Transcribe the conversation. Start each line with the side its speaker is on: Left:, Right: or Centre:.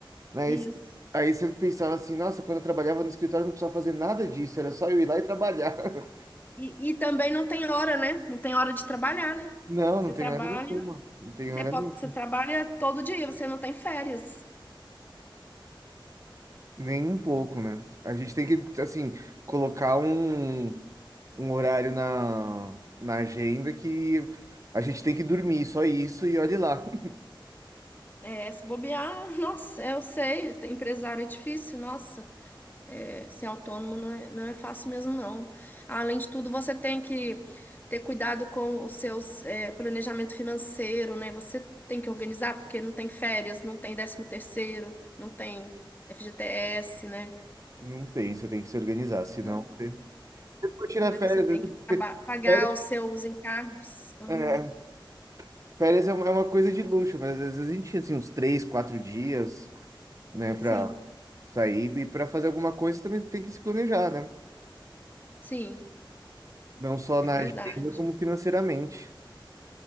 Right: né?
Left: isso.
Right: Aí você aí você pensava assim, nossa, quando eu trabalhava no escritório eu não precisava fazer nada disso, era só eu ir lá e trabalhar. <laughs>
Left: E, e também não tem hora, né? Não tem hora de trabalhar, né?
Right: Não,
Left: Você
Right: não tem
Left: trabalha.
Right: hora nenhuma. Não tem
Left: Você
Right: hora
Left: pode,
Right: nenhuma.
Left: você trabalha todo dia, você não tem férias.
Right: Nem um pouco, né? A gente tem que, assim, colocar um, um horário na, na agenda que a gente tem que dormir, só isso, e olhe lá. <laughs>
Left: É, se bobear, <laughs> nossa, eu sei, ter empresário é difícil, nossa, é, ser autônomo não é, não é fácil mesmo, não. Além de tudo, você tem que ter cuidado com os seus, é, planejamento financeiro, né? Você tem que organizar, porque não tem férias, não tem décimo terceiro, não tem FGTS, né?
Right: Não tem, você tem que se organizar, senão
Left: Então,
Right: você você ficou tirando
Left: aí você
Right: férias.
Left: tem
Right: né?
Left: que acabar-
Right: você-
Left: pagar
Right: Férias,
Left: os seus encargos. Uhum.
Right: é, férias é uma é uma coisa de luxo, mas às vezes a gente tinha assim, uns três, quatro dias, né, pra
Left: Sim,
Right: Sair e para fazer alguma coisa também tem que se planejar, né?
Left: sim,
Right: Não só
Left: é
Right: na
Left: verdade.
Right: agenda, como financeiramente.